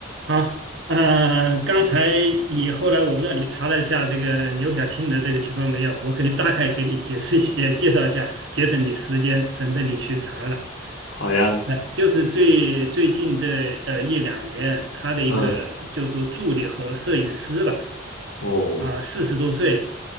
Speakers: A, on the right (about 65°); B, on the left (about 80°).
A: 好，呃，刚才你后来我不知道你查了一下这个刘晓庆的这个情况没有，我可以大概给你解释一下，也介绍一下，节省你时间，省得你去查了。
B: 好呀，
A: 哎，就是最最近这呃一两年，他的一个就是说助理和摄影师吧，
B: 嗯，哦，
A: 啊，四十多岁，